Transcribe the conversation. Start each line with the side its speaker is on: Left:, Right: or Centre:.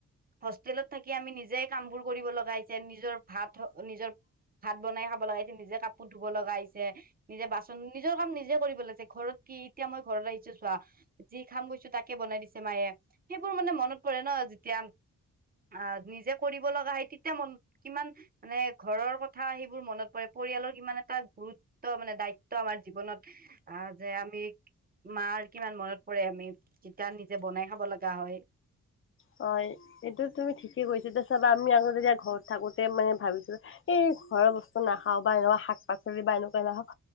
Right: হোষ্টেলত থাকি আমি নিজে কামবোৰ কৰিব লগা হৈছে। নিজৰ ভাত নিজৰ ভাত বনাই খাব লগা হৈছে। নিজে কাপোৰ ধুব লগা হৈছে। নিজে বাচন, নিজৰ কাম নিজে কৰিব লাগিছে। ঘৰত কি, এতিয়া মই ঘৰত আহিছো চোৱা -যি খাম কৈছো তাকে বনাই দিছে মায়ে। সেইবোৰ মানে মনত পৰে ন। যেতিয়া আহ নিজে কৰিব লগা হয়। তেতিয়া মন -কিমান মানে ঘৰৰ কথা সেইবোৰ মনত পৰে। পৰিয়ালৰ কিমান এটা গুৰুত্ব মানে দায়িত্ব আমাৰ জীৱনত। আহ যে আমি মাৰ কিমান মনত পৰে। আমি তিতয়া নিজে বনাই খাব লগা হয়।
Left: হয়। এইটো তুমি ঠিকেই কৈছা। যে চাবা আমি আগত যেতিয়া ঘৰত থাকোতে মানে ভাবিছো এই ঘৰৰ বস্তু নাখাওঁ, বা এনেকুৱা শাক-পাচলি বা এনেকুৱা নাখাওঁ